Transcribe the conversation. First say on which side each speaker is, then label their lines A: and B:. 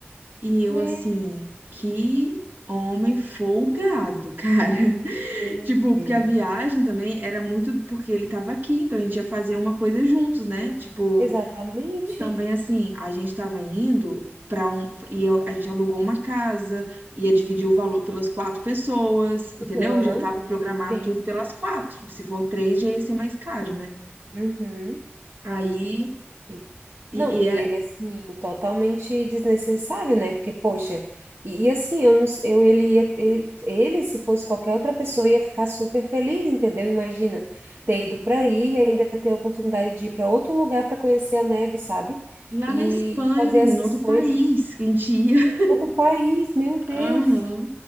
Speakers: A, on the right; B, on the right.
A: E eu
B: Meu
A: assim, que homem folgado, cara. <laughs>
B: Deus.
A: Tipo, porque a viagem também era muito porque ele tava aqui, então a gente ia fazer uma coisa juntos, né? Tipo,
B: Exatamente.
A: e também assim, a gente tava indo pra um e eu- a gente alugou uma casa, ia dividir o valor pelas quatro pessoas, entendeu?
B: Aham,
A: Já tava programado
B: Sim.
A: tudo pelas quatro. Se for três, já ia ser mais caro, né?
B: Uhum.
A: Aí
B: Sim.
A: e,
B: Não, e
A: e é
B: ele, assim, totalmente desnecessário, né? Porque, poxa, e, e assim, eu, não s- eu ele, ia, ele, ele, se fosse qualquer outra pessoa, ia ficar super feliz, entendeu? Imagina ter ido para aí e ainda ter a oportunidade de ir para outro lugar para conhecer a neve, sabe?
A: lá
B: E
A: na Espanha,
B: fazer
A: menino,
B: essas
A: outro
B: coisas.
A: país, que a gente ia
B: Outro país, meu Deus.
A: Aham.